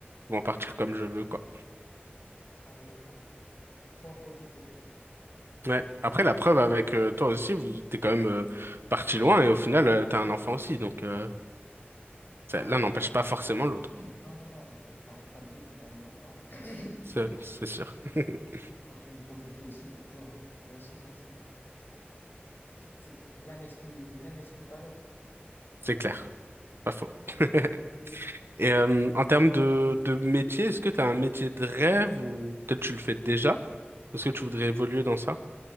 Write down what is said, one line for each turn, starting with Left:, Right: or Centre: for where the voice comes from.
Right: ou en partir comme je veux, quoi.
Left: Bah oui, il faut, faut en profiter.
Right: Ouais. Après, la preuve avec euh, toi aussi, vous t'es quand même euh, parti loin, et au final, euh, t'as un enfant aussi, donc euh,
Left: Ah
Right: ça-
Left: oui,
Right: l'un
Left: non,
Right: n'empêche
Left: ça-
Right: pas
Left: ça-
Right: forcément l'autre.
Left: non, non, non, tu- t'arrêtes pas de vivre quand t'as des enfants. <clears throat>
Right: C'est c'est sûr,
Left: Et
Right: <laughs>
Left: tu continues de profiter aussi pour toi, pour toi aussi, hein, c'est pas, c'est pas, l'un n'exclut, l'un n'exclut pas l'autre.
Right: c'est clair, pas faux. <laughs> Et euh, en termes de, de métier, est-ce que tu as un métier de rêve ou peut-être tu le fais déjà? Est-ce que tu voudrais évoluer dans ça?